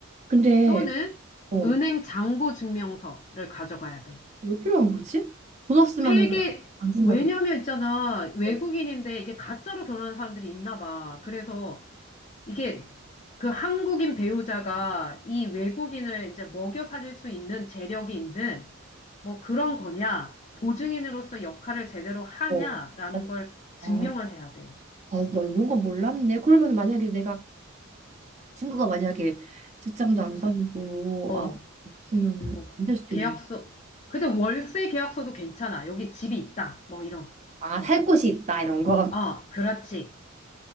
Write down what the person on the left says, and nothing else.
또는
은행 잔고 증명서를 가져가야 돼.
세 개,
왜냐면
있잖아, 외국인인데
이게 가짜로 결혼하는 사람들이 있나 봐. 그래서 이게 그 한국인 배우자가 이 외국인을 이제 먹여 살릴 수 있는 재력이 있는 뭐 그런 거냐, 보증인으로서 역할을 제대로 하냐라는
걸 증명을
해야 돼.
없-
어,
뭐,
계약서.
근데 월세 계약서도 괜찮아. 여기 집이 있다. 뭐 이런
거.
어, 그렇지.